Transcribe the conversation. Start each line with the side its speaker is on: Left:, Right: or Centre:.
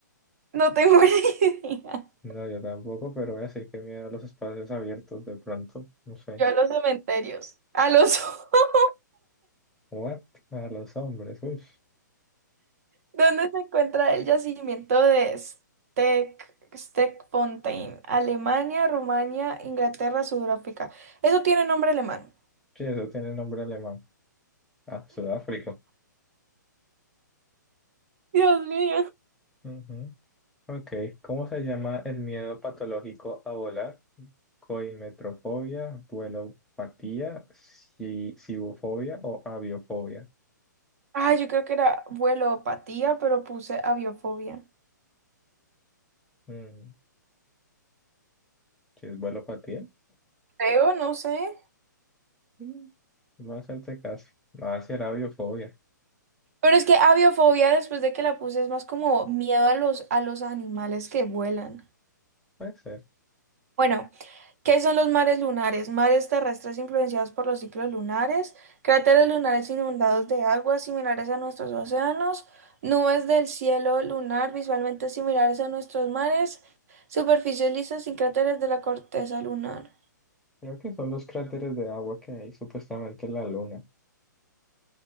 Right: no tengo <laughs> ni idea.
Centre: No, yo tampoco, pero voy a decir que miedo a los espacios abiertos de pronto, no sé.
Right: Yo a los cementerios, a los <laughs>
Centre: What? A los hombres, uy.
Right: ¿Dónde se encuentra el yacimiento de Steck, Steckfontein? Alemania, Rumania, Inglaterra, Sudáfrica. Eso tiene nombre alemán.
Centre: Sí, eso tiene nombre alemán. Ah, Sudáfrica.
Right: Dios mío.
Centre: Ujú. Ok, ¿cómo se llama el miedo patológico a volar? Coimetrofobia, vuelopatía, si- cibofobia o aviofobia.
Right: Ah, yo creo que era vuelopatía, pero puse aviofobia.
Centre: Mm, Si es vuelopatía,
Right: Creo, no sé.
Centre: mm, no hacerte caso. Va a ser aviofobia.
Right: Pero es que aviofobia, después de que la puse, es más como miedo a los, a los animales que vuelan.
Centre: Puede ser.
Right: Bueno, ¿qué son los mares lunares? Mares terrestres influenciados por los ciclos lunares, cráteres lunares inundados de aguas similares a nuestros océanos, nubes del cielo lunar visualmente similares a nuestros mares, superficies lisas sin cráteres de la corteza lunar.
Centre: Creo que son los cráteres de agua que hay supuestamente en la luna.